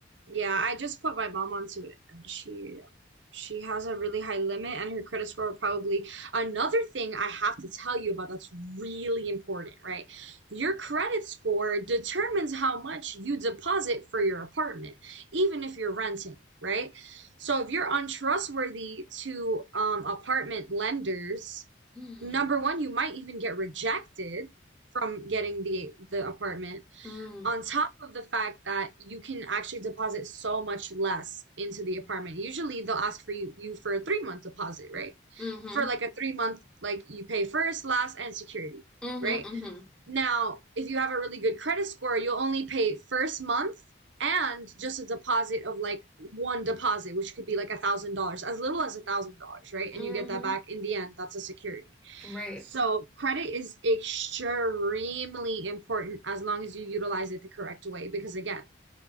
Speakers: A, on the right; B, in the centre.
A: Yeah, I just put my mom onto it, and she um, she has a really high limit, and her credit score probably. Another thing I have to tell you about that's really important, right? Your credit score determines how much you deposit for your apartment, even if you're renting, right? So if you're untrustworthy to um, apartment lenders,
B: Mm,
A: number one, you might even get rejected from getting the the apartment
B: mm,
A: on top of the fact that you can actually deposit so much less into the apartment. Usually they'll ask for you, you for a three month deposit, right?
B: mm-hmm,
A: For like a three month, like you pay first, last, and security,
B: mm-hmm,
A: right?
B: mm-hmm,
A: Now, if you have a really good credit score, you'll only pay first month and just a deposit of like one deposit, which could be like a thousand dollars, as little as a thousand dollars, right?
B: mm-hmm.
A: And you get that back in the end. That's a security.
B: Right.
A: So credit is extremely important as long as you utilize it the correct way. Because again,